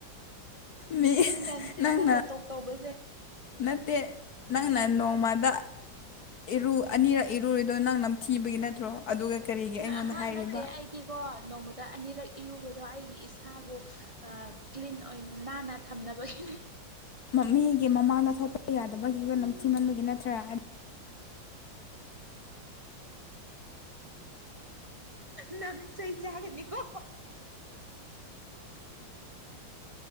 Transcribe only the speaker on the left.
ꯃꯤ
ꯅꯪꯅ
ꯅꯠꯇꯦ ꯅꯪꯅ ꯅꯣꯡꯃꯗ ꯏꯔꯨ ꯑꯅꯤꯔꯛ ꯏꯔꯨꯔꯤꯗꯣ ꯅꯪꯅ ꯊꯤꯕꯒꯤ ꯅꯠꯇ꯭ꯔꯣ ꯑꯗꯨꯒ ꯀꯔꯤꯒꯤ ꯑꯩꯉꯣꯟꯗ
ꯍꯥꯏꯔꯤꯕ
ꯃꯤꯒꯤ ꯃꯃꯥꯡꯗ ꯊꯣꯛꯄ ꯌꯥꯗꯕꯒꯤ ꯅꯝꯊꯤꯃꯟꯕꯒꯤ ꯅꯠꯇ꯭ꯔꯥ ꯫